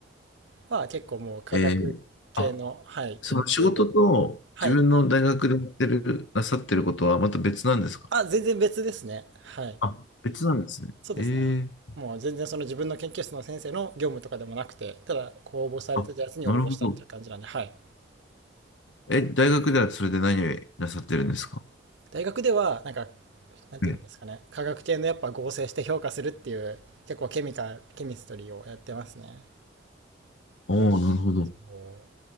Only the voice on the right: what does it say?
は結構もう科学系の、
はい、
研究で。はい。
あ、全然別ですね。はい。
そうですね。
あの、もう全然その自分の研究室の先生の業務とかでもなくて、ただ、こう応募されてたやつに応募したっていう感じなんで、
はい。
大学では、なんか、なんていうんですかね、
化学系のやっぱ合成して評価するっていう、結構ケミカル、ケミストリーをやってますね。
こ